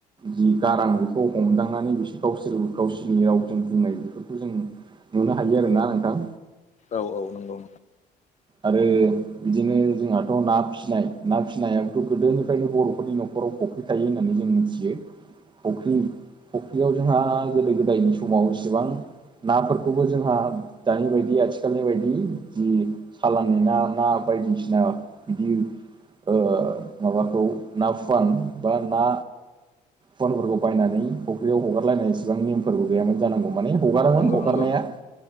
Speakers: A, on the right (about 25°); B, on the left (about 45°).
A: जि गारां बेखौ हमदांनानै बिसोर गावसोर गावसोरनि रावजों बुंनाय बेफोरखौ जों नुनो हायो आरोना नोंथां
B: औ औ नंगौ
A: आरो बिदिनो जोंहाथ' ना फिसिनाय ना फिसिनायाबथ' गोदोनिफ्रायनो बर'फोरनि न'खर न'खराव फख्रि थायो होननानै जों मिथियो। फख्रि फुख्रियाव जोंहा गोदो गोदायनि समाव एसेबां नाफोरखौबो जोंहा दानि बायदि आथिखालनि बायदि जि साालनि ना ना बायदिसिना बिदि ओ माबाखौ ना फुवान बा ना फनफोरखौ बायनानै फुख्रियाव हगारलायनानै इसेबां नेमफोरबो गैयामोन जानांगौमोन। माने हगारोमोन
B: नंगौ
A: हगारनाया
B: नंगौ